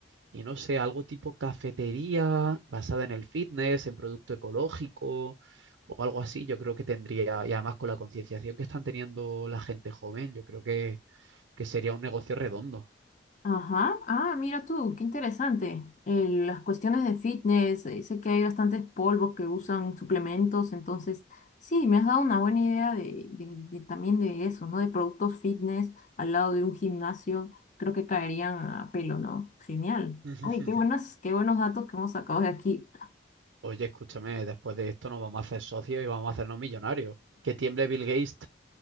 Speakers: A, on the right; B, on the left.
A: y no sé, algo tipo cafetería basada en el fitness, en producto ecológico o algo así, yo creo que tendría, y además con la concienciación que están teniendo la gente joven, yo creo que, que sería un negocio redondo.
B: Ajá, ah, mira tú, qué interesante. Eh, las cuestiones de fitness, eh, sé que hay bastantes polvos que usan suplementos, entonces sí, me has dado una buena idea de, de- de también de eso, ¿no? De productos fitness al lado de un gimnasio, creo que caerían a pelo, ¿no? Genial.
A: <laughs>
B: Oye, qué buenas, qué buenos datos que hemos sacado de aquí,
A: Oye, escúchame, después de esto nos vamos a hacer socios y vamos a hacernos millonarios. Que tiemble Bill Gates.